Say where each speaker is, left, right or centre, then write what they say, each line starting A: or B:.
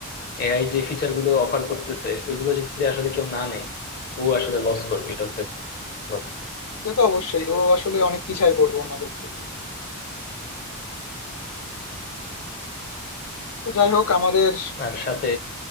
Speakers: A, on the left; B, on the left.
A: এআই যে ফিচার গুলো অফার করতেছে ওইগুলো যদি আসলে কেউ না নেয় ও আসলে লস করবে এটা হচ্ছে কথা
B: সে তো অবশ্যই। ও আসলে অনেক পিছায় পড়বে অন্যদের থেকে। তো যাই হোক আমাদের
A: আর সাথে